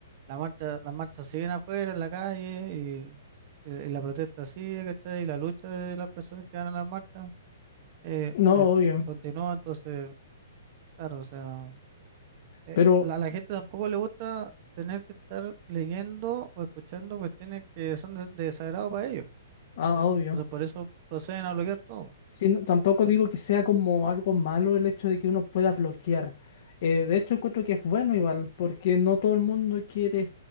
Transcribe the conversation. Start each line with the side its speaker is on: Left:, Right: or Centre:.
Right: la marcha, las marchas siguen afuera en la calle y, y- y la protesta sigue, ¿cachai? Y la lucha de las personas que van a las marchas eh,
Left: No,
Right: eh,
Left: obvio.
Right: continúa, entonces, claro, o sea, eh,
Left: Pero,
Right: la- a la gente tampoco le gusta tener que estar leyendo o escuchando cuestiones que son de, de desagrado para ellos,
Left: ah,
Right: ¿cachai?
Left: obvio.
Right: Entonces por eso proceden a bloquear todo.
Left: Sí, no- tampoco digo que sea como algo malo el hecho de que uno pueda bloquear. Eh, de hecho, encuentro que es bueno igual, porque no todo el mundo quiere